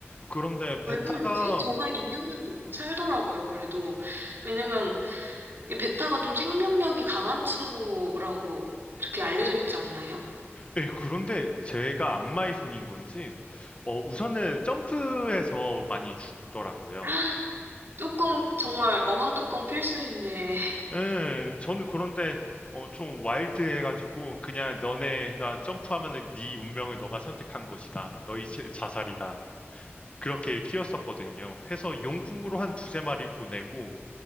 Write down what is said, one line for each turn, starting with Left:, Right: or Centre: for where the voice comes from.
Left: 그런데
Right: 왜
Left: 베타가
Right: 그러지? 저는 2년은
Left: 음,
Right: 살더라고요, 그래도. 왜냐면 이 베타가 좀 생명력이 강한 친구라고 이렇게 알려져 있지 않나요?
Left: 에이, 그런데 제가 악마의 손인 건지 어, 우선은 점프해서 많이 죽더라고요.
Right: <gasps> 뚜껑,
Left: 음.
Right: 정말 어항 뚜껑 필수인데,
Left: 예, 저는 그런데 어, 좀 와일드해가지고 그냥 너네가 점프하면은 네 운명을 너가 선택한 것이다. 너희 제- 자살이다. 그렇게 키웠었거든요. 해서 용궁으로 한 두세 마리 보내고